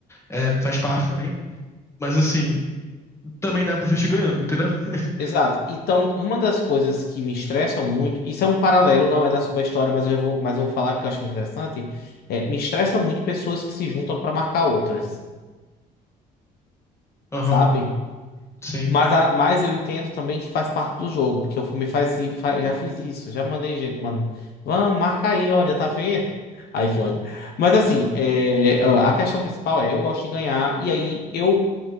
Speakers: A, on the left; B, on the left.
A: É, faz parte também. Mas, assim. também dá pra assistir ganhando, entendeu? <laughs>
B: Exato. Então, uma das coisas que me estressam muito, isso é um paralelo, não é da subestória, mas eu já vou, mas eu vou falar porque eu acho que é interessante, é, me estressa muito pessoas que se juntam para marcar outras,
A: Aham,
B: sabe?
A: sim.
B: Mas, a, mas eu entendo também que faz parte do jogo, porque eu me faz, fa- já fiz isso, já mandei gente, mano. Vamos, marca aí, olha, tá vendo? Ai, que ódio. Mas assim, é, ó, a questão principal é, eu gosto de ganhar, e aí eu,